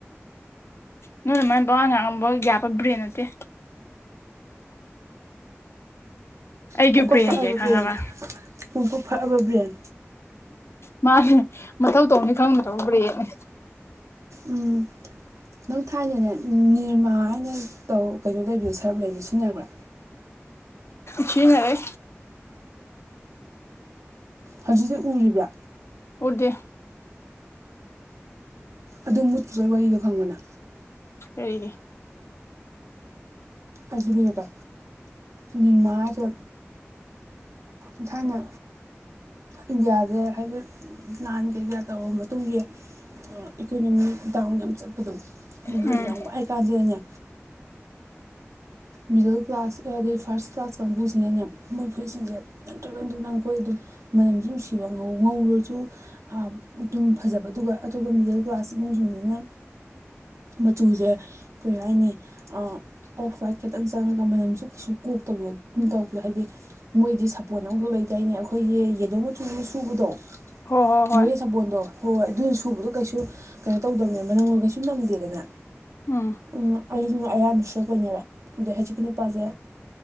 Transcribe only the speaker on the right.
ꯄꯣꯡꯀꯣꯛ
ꯐꯛꯑꯕ
ꯕ꯭ꯔꯦꯟ ꯄꯣꯡꯀꯣꯛ ꯐꯛꯕ ꯕ꯭ꯔꯦꯟ
ꯎꯝ ꯅꯪ ꯊꯥꯏꯅꯅꯦ ꯅꯤꯔꯃꯥ ꯍꯥꯏꯅ ꯇꯧ ꯀꯩꯅꯣ ꯂꯩꯕꯗꯣ ꯁꯔꯞ ꯂꯩꯕꯗꯣ ꯁꯤꯖꯤꯟꯅꯔꯛꯕ꯭ꯔꯥ
ꯍꯧꯖꯤꯛꯁꯤ ꯎꯔꯤꯕ꯭ꯔꯥ
ꯑꯗꯨ ꯃꯨꯠꯈꯤꯕꯒꯤ ꯋꯥꯔꯤꯗꯣ ꯈꯪꯕꯅ
ꯑꯗꯨꯕꯦꯀ ꯅꯤꯔꯃ ꯍꯥꯏꯖꯦ ꯏ ꯊꯥꯅ ꯏꯟꯗꯤꯌꯥꯁꯦ ꯍꯥꯏꯗꯤ ꯂꯥꯟ ꯀꯩ ꯀꯩ ꯇꯧꯔꯕ ꯃꯇꯨꯡꯒꯤ ꯏꯀꯣꯅꯣꯃꯤ ꯗꯥꯎꯟ ꯌꯥꯝ ꯆꯠꯄꯗꯧ
ꯌꯥꯝ ꯋꯥꯏ ꯆꯥꯟꯁꯤꯗꯅꯦ ꯃꯤꯗꯜ ꯀ꯭ꯂꯥꯁ ꯑꯗꯩ ꯐꯥꯔꯁ ꯀ꯭ꯂꯥꯁ ꯀꯥꯡꯕꯨꯁꯤꯅꯅꯦ ꯃꯣꯏ ꯐꯨꯔꯤꯁꯤꯡꯁꯦ ꯅꯪꯊꯣꯛ ꯅꯪꯊ ꯅꯪꯈꯣꯏ ꯑꯗꯨꯝ ꯃꯅꯝꯁꯨ ꯑꯗꯨꯝ ꯁꯤꯕ ꯉꯧ ꯉꯧꯔꯁꯨ ꯑꯗꯨꯝ ꯐꯖꯕ ꯑꯗꯨꯒ ꯑꯇꯣꯞꯄ ꯃꯤꯗꯜ ꯀ꯭ꯂꯥꯁ ꯏꯃꯨꯡꯁꯤꯡꯁꯤꯅ ꯃꯆꯨꯖꯦ ꯀꯔꯤ ꯍꯥꯏꯅꯤ ꯑꯥꯎꯠꯐꯏꯠ ꯈꯤꯇꯪ ꯆꯪꯉꯒ ꯃꯅꯝꯁꯨ ꯀꯩꯁꯨ ꯀꯣꯛꯇꯕꯗꯣ ꯑꯗꯨ ꯇꯧꯄꯗꯣ ꯍꯥꯏꯗꯤ ꯃꯣꯏꯗꯤ ꯁꯄ ꯁꯥꯄꯣꯟ ꯑꯈꯛ ꯂꯩꯇꯔꯤꯅꯦ ꯑꯩꯈꯣꯏꯒꯤ ꯌꯦꯗꯣ ꯃꯆꯨ ꯑꯃ ꯁꯨꯕꯗꯣ
ꯃꯣꯔꯦ ꯁꯥꯄꯣꯟꯗꯣ ꯍꯣꯏ ꯍꯣꯏ ꯑꯗꯨꯅ ꯁꯨꯕꯗꯣ ꯀꯩꯁꯨ ꯀꯩꯅꯣ ꯇꯧꯗꯕꯅꯦ ꯃꯅꯝ ꯀꯩꯁꯨ ꯅꯝꯗꯦꯗꯅ
ꯑꯝ ꯑꯩꯗꯤꯅꯦ ꯑꯌꯥꯝꯕ ꯁꯦꯞꯄꯣꯏꯅꯦꯕ ꯑꯗꯩ ꯍꯧꯖꯤꯛꯀꯤ ꯅꯨꯄꯥꯁꯦ